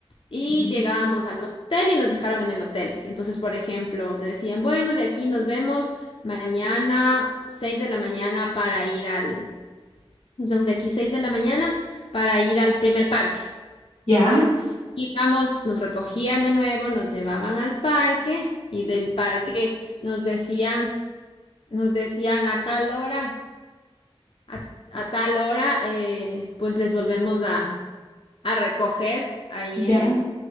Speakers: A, on the left; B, on the left.
A: Y
B: Ujú.
A: llegábamos al hotel y nos dejaron en el hotel. Entonces, por ejemplo, te decían, bueno, de aquí nos vemos mañana 6 de la mañana para ir al, nos vemos de aquí 6 de la mañana para ir al primer parque. Entonces,
B: Ya,
A: íbamos, nos recogían de nuevo, nos llevaban al parque y del parque nos decían, nos decían a tal hora, a, a tal hora, eh, pues les volvemos a a recoger ahí en
B: ya.
A: el,